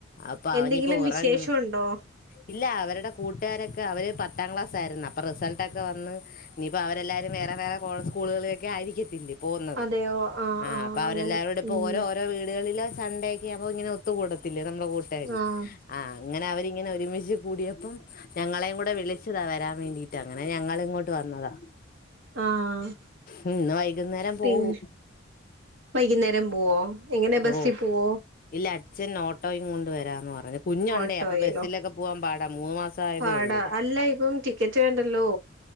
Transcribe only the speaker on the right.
എന്തെങ്കിലും
വിശേഷം ഉണ്ടോ
അതെയോ
അങ്ങനെ
ഉം
ആഹ്
ആഹ് ആഹ്
പിന്നെ വൈകുന്നേരം പോവോ എങ്ങെനാ ബസ്സി
പോവോ
ഓട്ടോയിലോ
പാടാ
അല്ല ഇപ്പം ടിക്കറ്റ് വേണ്ടല്ലോ